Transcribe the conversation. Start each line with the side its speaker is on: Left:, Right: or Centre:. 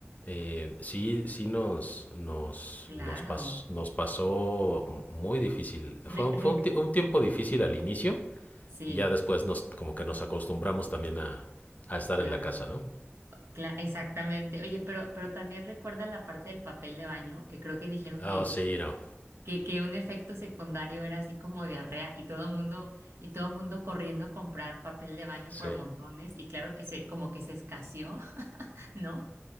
Left: Eh, sí, sí nos, nos,
Right: claro.
Left: nos, pas- nos pasó muy difícil. Fue,
Right: Re-
Left: un- fue
Right: re-
Left: un, ti- un tiempo difícil al inicio
Right: sí,
Left: y ya después nos, como que nos acostumbramos también a, a estar
Right: claro.
Left: en la casa, ¿no?
Right: Cla- exactamente. Oye, pero, pero también recuerda la parte del papel de baño, que creo que dijeron
Left: Ah,
Right: que
Left: oh, sí, no.
Right: que, que un efecto secundario era así como diarrea y todo mundo, y todo mundo corriendo a comprar papel de baño
Left: Sí.
Right: por montones y claro que se, como que se escaseó, <laughs> ¿no?